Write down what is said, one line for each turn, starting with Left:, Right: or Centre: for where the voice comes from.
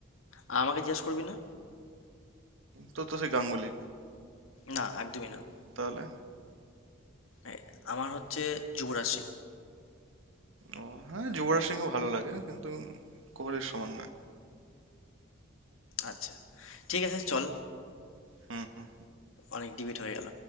Left: আর আমাকে জিজ্ঞাসা করবি না
Right: তো তো সেই গাঙ্গুলি
Left: না একদমই না
Right: তাহলে
Left: এ, আমার হচ্ছে যুবরাজ সিং
Right: ও হ্যাঁ যুবরাজ সিংও ভালো লাগে কিন্তু কোহলির সমান নয়
Left: আচ্ছা ঠিক আছে চল
Right: হুম হুম
Left: অনেক ডিবেট হয়ে গেল